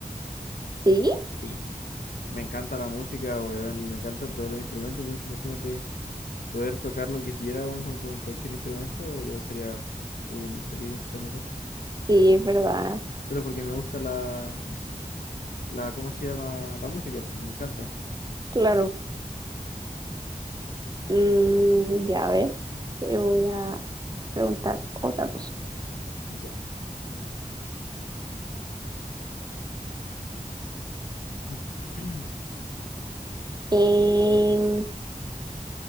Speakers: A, on the right (about 30°); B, on the left (about 80°).
A: Sí,
B: Sí. Me encanta la música, weón, y me encantan todos los instrumentos. Entonces, imagínate poder tocar lo que quiera, weón, con, con cualquier instrumento. Yo sería el weón más feliz del planeta.
A: sí, es verdad.
B: Pero porque me gusta la, la, ¿cómo se llama? La música, pues me encanta.
A: Claro. Mm, ya a ver, te voy a preguntar otra cosa.
B: Ya. <clears throat>
A: Em,